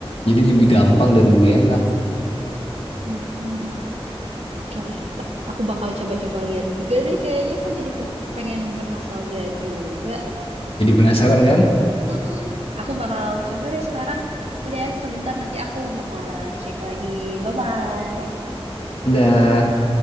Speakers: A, on the left (about 65°); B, on the right (about 80°).
A: Jadi lebih gampang dan lebih enak.
B: hmm, hmm. Oke deh, T- aku bakal coba-coba lihat juga deh kayaknya aku jadi pen- pengen bernostalgia juga.
A: Jadi penasaran kan?
B: Mm-mm. Aku bakal coba deh sekarang. Ya deh, sebentar nanti aku bakal cek lagi. Bye-bye.
A: Dah.